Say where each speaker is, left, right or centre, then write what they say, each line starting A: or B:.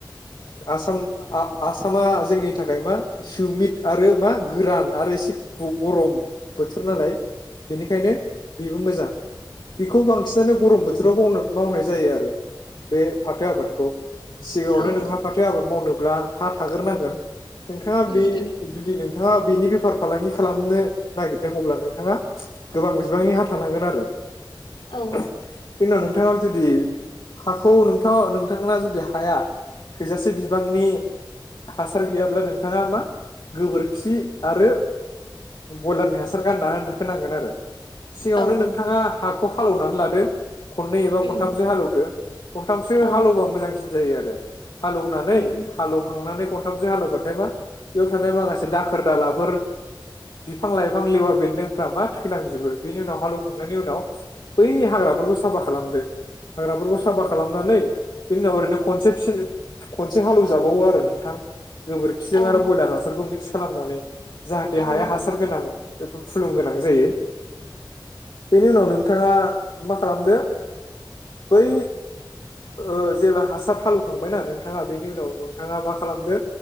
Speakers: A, on the left; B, on the left.
A: आसाम आसामा जोंनि थाखाय मा हिउमिद आरो मा गोरान आरो एसे गरम बोथोर नालाय बेनिखायनो बेबो मोजां बेखौ बांसिनानो गरम बोथोरावनो मावनाय जायो आरो बे फाथो आबादखौ सिगाङावनो
B: औ
A: नोंहा फाथो आबाद मावनोब्ला हा थाग्रोनांगोन नोंथाङा
B: उम
A: बे
B: उम
A: जुदि नोंथाङा बेनि बेफार फालांगि खालामनो नागिरदों अब्ला नोंथाङा गोबां बिबांनि हा थानांगोन आरो <unintelligible>
B: औ
A: बेनि उनाव नोंथाङा जुदि हाखौ नोंथाङा नोंथां ना जुदि हाया थोजासे बिबांनि हासार गैयाब्ला नोंथाङा मा गोबोर खि आरो बयलारनि हासार गारना होनांगोन आरो सिगाङावनो
B: औ
A: नोंथाङा हाखौ हालौवनानै लादो। खननै एबा खनथामसो
B: उम
A: हालेवदो खनथामसो
B: औ
A: हालेवबा मोजांसिन जायो आरो हालेवनानै
B: उम उम
A: हालौखांनानै खनथामसो हालेवबाथाय मा बेयाव थानाय माखासे दाखोर दालाफोर बिफां लाइफां लेवा बेन्दोंफ्रा मा थैलांजोबो। बेनि उनाव हालौवखांनायनि उनाव बै हाग्राफोर खौ साफा खालामदो। हाग्राफोरखौ साफा खालाम नानै बिनि उनाव ओरैनो खनसे <unintelligible> खनसे हालेव जाबावो आरो नोंथां। गोबोरखिजों
B: औ
A: आरो बयलार हासारखौ मिक्स खालामनानै जाहाथे
B: औ
A: हाया हा या बेफोर फुलुं गोनां जायो। बेनि उनाव नोंथाङा मा खालामदो बै ओ जेब्ला हासार हालौवखांबायना नोंथाङा बेनि उनाव नोंथाङा मा खालामदो